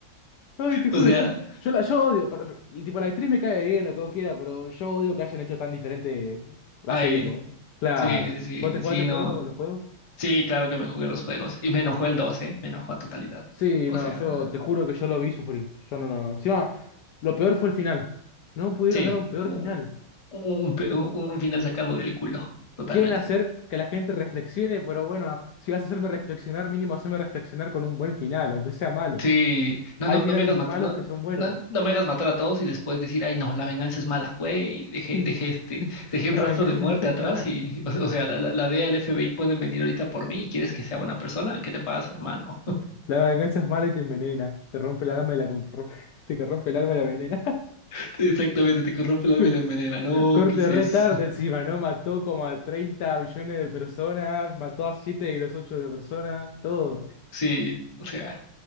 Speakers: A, on the left (about 75°); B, on the left (about 45°).
A: Ay, te juro,
B: O sea,
A: yo, yo la yo odio. pero- pero, tipo, la actriz me cae bien, lo que vos quieras, pero yo odio que hayan hecho tan diferente la
B: a
A: serie
B: Eli.
A: como. Claro.
B: Sí, sí, sí,
A: ¿Vos te jugaste
B: sí,
A: el
B: no.
A: juego, los juegos?
B: Sí, claro que me jugué los juegos. Y me enojó el 12, me enojó a totalidad.
A: Sí,
B: O
A: no,
B: sea,
A: yo te juro que yo lo vi y sufrí. Yo no, no, no. Encima, lo peor fue el final. No pudieron
B: sí,
A: dar un peor
B: u-
A: final.
B: u- un, pe- un- un final sacado del culo, totalmente.
A: Quieren hacer que la gente reflexione, pero bueno, si vas a hacerme reflexionar, mínimo haceme reflexionar con un buen final, aunque sea malo.
B: Sí, no,
A: Hay
B: no,
A: finales
B: no me hagas
A: malos
B: matar, no,
A: que son buenos.
B: no, no me hagas matar a todos y después decir, ay, no, la venganza es mala, güey. Dejé,
A: <laughs>
B: dejé este, dejé un
A: La
B: rastro
A: venganza,
B: de muerte atrás y, <laughs> o, o sea, la, la, la DEA, el F B I pueden venir ahorita por mí y quieres que sea buena persona. ¿Qué te pasa, hermano?
A: <laughs> la venganza es mala y te envenena. Te rompe el alma y la com- <laughs> te corrompe el alma y la venena.
B: <laughs> Exactamente, te corrompe el alma
A: <laughs>
B: y la envenena. No,
A: Corte
B: ¿qué es
A: re
B: eso?
A: tarde encima, ¿no? Mató como a 30 millones de personas, mató a 7 de los 8 de personas, todo.
B: Sí, o sea,